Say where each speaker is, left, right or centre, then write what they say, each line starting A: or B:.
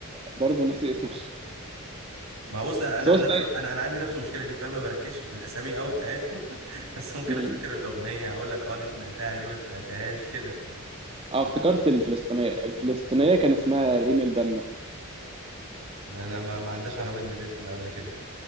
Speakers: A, on the right (about 25°); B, on the right (about 70°).
A: برضو ناسي اسمها <laughs>
B: ما بص انا انا
A: بس
B: عن
A: هو ستايل
B: نفسي انا انا عندي نفس المشكله دي فاهم ما بركزش في الاسامي قوي بتاعتهم <laughs> بس ممكن
A: مم.
B: افتكر الاغنيه اقول لك اه دي سمعتها دي ما سمعتهاش كده
A: اه
B: وفي
A: افتكرت الفلسطينية الفلسطينية كان اسمها ريم البنا
B: ده انا ما ما عداش على ودني الاسم ده قبل كده